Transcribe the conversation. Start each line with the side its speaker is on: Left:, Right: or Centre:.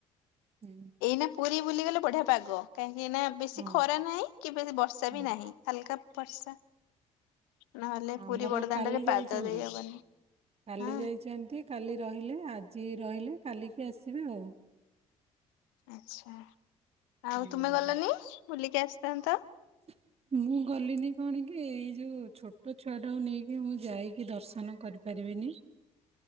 Right: ହୁଁ।
Left: ନା ପୁରୀ ବୁଲିଗଲେ ବଢ଼ିଆ ପାଗ କାହିଁକି ନା ବେଶୀ
Right: ହଁ
Left: ଖରା ନାହିଁ କି ବେଶୀ ବର୍ଷା
Right: ହଁ
Left: ବି ନାହିଁ। ହାଲୁକା ବର୍ଷା। ନହେଲେ
Right: ଆମର
Left: ପୁରୀ ବଡଦାଣ୍ଡରେ
Right: କାଲି
Left: ପାଦ
Right: ଯାଇଛନ୍ତି
Left: ଦେଇ ହବନି
Right: କାଲି
Left: ହଁ।
Right: ଯାଇଛନ୍ତି କାଲି ରହିଲେ ଆଜି ରହିଲେ କାଲିକି ଆସିବେ ଆଉ।
Left: ଆଛା
Right: ହୁଁ।
Left: ଆଉ ତୁମେ ଗଲନି ବୁଲିକି ଆସିଥାନ୍ତ।
Right: <unintelligible> ମୁଁ ଗଲିନି କଣ କି ଏଇ ଯୋଉ ଛୋଟ ଛୁଆଟାକୁ ନେଇକି ମୁଁ ଯାଇକି ଦର୍ଶନ କରିପାରିବିନି।